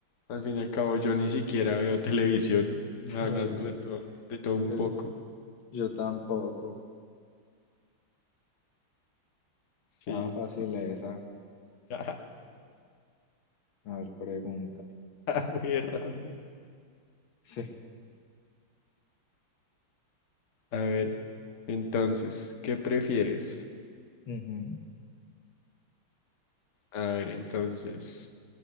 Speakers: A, on the left (about 45°); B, on the left (about 75°).
A: al fin y al cabo, yo ni siquiera veo televisión,
B: <laughs>
A: hablando
B: por- yo,
A: de todo, de todo un
B: yo,
A: poco.
B: yo tampoco. Estaba
A: Sí,
B: fácil
A: no,
B: esa.
A: <laughs> está,
B: A ver, pregunta.
A: muy random.
B: Sí.
A: A ver, entonces, ¿qué prefieres?
B: ujú.
A: A ver, entonces,